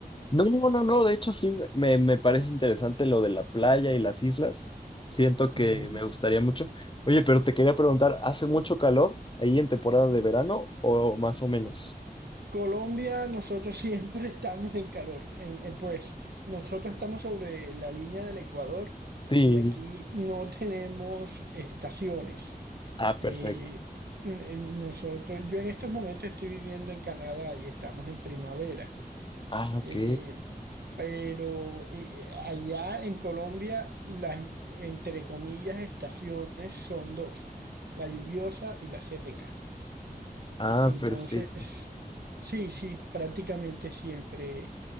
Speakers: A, on the left (about 30°); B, on the right (about 80°).
A: No, no, no, de hecho sí, me, me parece interesante lo de la playa y las islas. Siento que
B: Ujú.
A: me gustaría mucho. Oye, pero te quería preguntar, ¿hace mucho calor ahí en temporada de verano o más o menos?
B: Colombia, nosotros siempre <laughs> estamos en calor. en- en, pues nosotros estamos sobre la línea del Ecuador
A: Sí.
B: y aquí no tenemos estaciones.
A: Ah, perfecto.
B: Eh, eh, nosotros, yo en estos momentos estoy viviendo en Canadá y estamos en primavera.
A: Ah,
B: Eh,
A: ok.
B: pero eh, allá en Colombia, las, entre comillas, estaciones son dos, la lluviosa y la seca.
A: Ah,
B: Entonces,
A: perfecto.
B: sí, sí, prácticamente siempre,